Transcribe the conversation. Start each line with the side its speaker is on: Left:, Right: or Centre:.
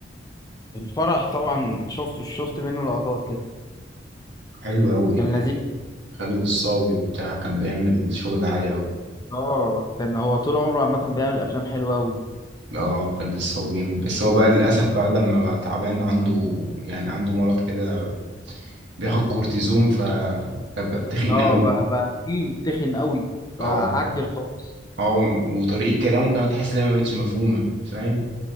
Left: الفرح طبعا شفته شفت منه لقطات كده
Right: حلو قوي
Left: كان لذيذ
Right: خالد الصاوي وبتاع كان بيعمل شغل عالي قوي
Left: اه كان هو طول عمره عامة بيعمل افلام حلوة قوي
Right: اه خد الصاوي جامد بس هو بقى للاسف بقى لما بقى تعبان عنده يعني عنده مرض كده بياخد كورتيزون ف فبقى تخين
Left: اه
Right: قوي
Left: بقى بقى في تخن قوي بقى
Right: اه
Left: عجل خالص
Right: اه وطريقه كلامه كمان تحس انها ما بقتش مفهومه فاهم